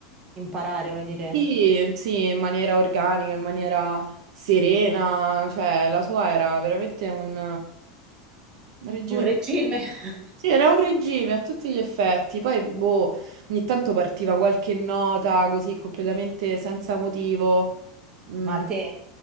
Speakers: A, on the right; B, on the right.
A: Imparare, vuoi dire?
B: sì, sì, in maniera organica, in maniera serena, cioè la sua era veramente un eh, regime.
A: Un regime.
B: di-
A: <laughs>
B: Sì, era un regime a tutti gli effetti. Poi, boh, ogni tanto partiva qualche nota così completamente senza motivo. Mm,
A: Ma a te?